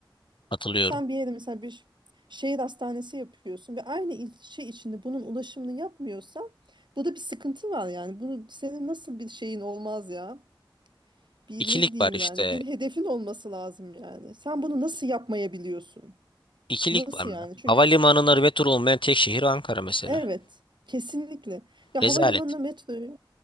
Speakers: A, on the left; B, on the right.
A: Hatırlıyorum.
B: Sen bir yere mesela bir şehir hastanesi yapıyorsun ve aynı ilçe içinde bunun ulaşımını yapmıyorsan burada bir sıkıntı var yani. Bunu senin nasıl bir şeyin olmaz ya? bir
A: İkilik
B: ne diyeyim
A: var işte.
B: yani bir hedefin olması lazım yani. Sen bunu nasıl yapmayabiliyorsun?
A: İkilik
B: Nasıl
A: var mı?
B: yani? Çünkü
A: Havalimanına metro olmayan tek şehir Ankara mesela.
B: evet kesinlikle. Ya
A: Rezalet.
B: havalimanına metroyu